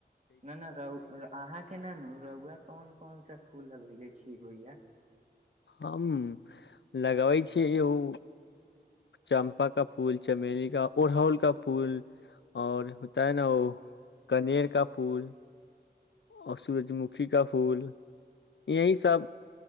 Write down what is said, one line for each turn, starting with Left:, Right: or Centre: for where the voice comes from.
Right: नाना रहाँके नानू रौआ कोन कोन सा फूल लगेले छीय भैया
Left: हम लगबै छी <unintelligible> चम्पा का फूल चमेली का उरहल का फूल आओर होताै न ओ कनेर का फूल आर सूरजमुखी का फूल यही सभ